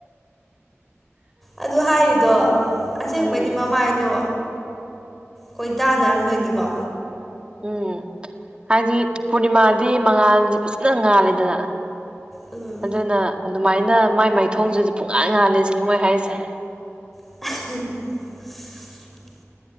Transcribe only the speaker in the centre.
ꯑꯗꯨ ꯍꯥꯏꯔꯤꯗꯣ ꯑꯁꯦꯡꯕꯩꯗꯤ
ꯃꯃꯥꯏꯗꯣ ꯀꯣꯏ ꯇꯗꯥꯅꯔꯝꯗꯣꯏꯅꯤꯀꯣ
ꯑꯥ
<unintelligible>